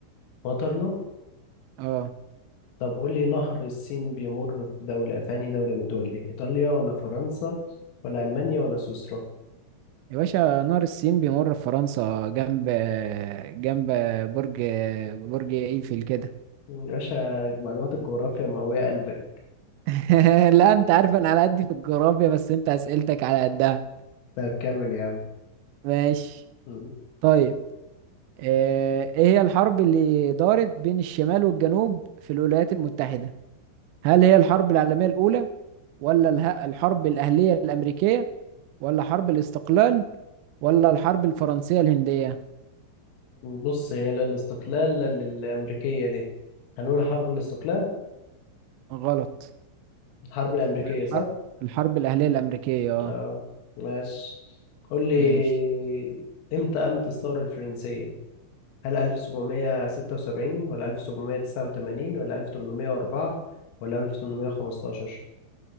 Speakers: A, on the left (about 85°); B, on the right (about 85°).
A: واترلو
B: اه
A: طب قول لي نهر السين بيمر في دولة في أنهي دولة من الدول دي؟ إيطاليا ولا فرنسا ولا ألمانيا ولا سويسرا؟
B: يا باشا نهر السين بيمر في فرنسا جنب جنب برج برج ايفل كده
A: مم، يا باشا معلومات الجغرافيا مقوية قلبك
B: <laughs> لا انت عارف انا على قدي في الجغرافيا بس انت اسئلتك على قدها
A: طب كمل يا
B: ماشي
A: عم
B: طيب آه، ايه هي الحرب اللي دارت بين الشمال والجنوب في الولايات المتحدة هل هي الحرب العالمية الأولى ولا اله- الحرب الأهلية الأمريكية ولا حرب الاستقلال ولا الحرب الفرنسية الهندية
A: بص هي لا الاستقلال لا الأمريكية دي هنقول حرب الاستقلال
B: غلط
A: الحرب الأمريكية
B: الحرب
A: صح؟
B: الحرب الأهلية الأمريكية اه
A: اه ماشي قول لي
B: ماشي
A: امتى قامت الثورة الفرنسية؟ هل 1776 ولا 1789 ولا 1804 ولا 1815؟